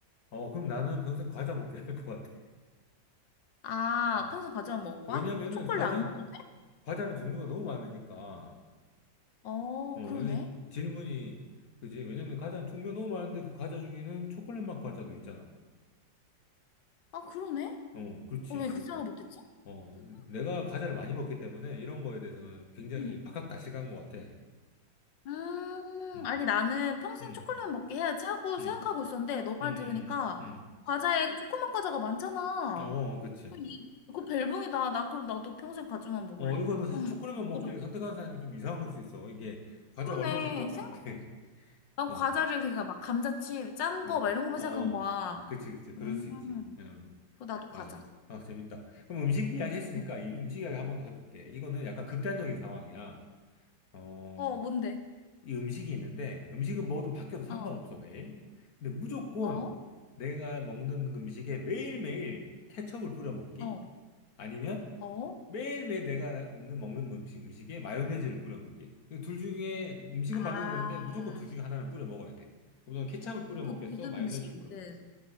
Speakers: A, on the left (about 55°); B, on the left (about 80°).
A: 어, 그럼 나는 평생 과자 먹기를 할 것 같아.
B: 아,
A: 어.
B: 평소 과자만 먹을까?
A: 왜냐면은
B: 초콜릿
A: 과자는,
B: 안 먹는데?
A: 과자는 종류가 너무 많으니까.
B: 어,
A: 어,
B: 그러네.
A: 이 질문이, 그지? 왜냐면 과자는 종류가 너무 많은데 그 과자 중에는 초콜릿 맛 과자도 있잖아.
B: 아, 그러네?
A: 어, 그렇지.
B: 어, 왜 그 생각 못했지?
A: 어, 내가 과자를 많이 먹기 때문에 이런 거에 대해서는 굉장히
B: 음.
A: 박학다식한 것 같아.
B: 음,
A: 음,
B: 아니, 나는 평생
A: 음,
B: 초콜릿만 먹게 해야지 하고
A: 음,
B: 생각하고 있었는데, 너 말
A: 음,
B: 들으니까,
A: 음,
B: 과자에 초코맛 과자가 많잖아.
A: 음. 어, 어, 그치.
B: 그거 벨붕이다. 난 그럼 나도 평생 과자만 먹을래.
A: 어, 이거는 사실 초콜릿만 먹기를
B: 그럼.
A: 선택한 사람이 좀 이상한 걸 수 있어. 이게 과자가
B: 그러네.
A: 얼마나 종류가 많은데.
B: 생각,
A: <laughs>
B: 난
A: 어,
B: 과자를 걔가 막 감자칩, 짠
A: 응.
B: 거, 막 이런 것만
A: 어,
B: 생각한 거야.
A: 그치, 그치. 그럴
B: 음,
A: 수 있지. 응,
B: 그거 나도
A: 맞아,
B: 과자.
A: 맞아. 아, 재밌다. 그럼 음식 이야기 했으니까
B: 응.
A: 이 음식 이야기 한번 더 해볼게. 이거는 약간 극단적인 상황이야. 어,
B: 어, 뭔데?
A: 이 음식이 있는데 음식은 뭐든 바뀌어도 상관없어,
B: 어,
A: 매일. 근데 무조건
B: 어,
A: 내가 먹는 음식에 매일매일 케첩을 뿌려 먹기?
B: 어,
A: 아니면
B: 어.
A: 매일매일 내가 먹는, 먹는 음식, 음식에 마요네즈를 뿌려 먹기. 이둘 중에 음식은
B: 아,
A: 바뀌어도 되는데 무조건 둘 중에 하나는 뿌려 먹어야 돼. 그럼 너 케찹을 뿌려
B: 그
A: 먹겠어?
B: 모든
A: 마요네즈를
B: 음식이든.
A: 뿌려 먹겠어?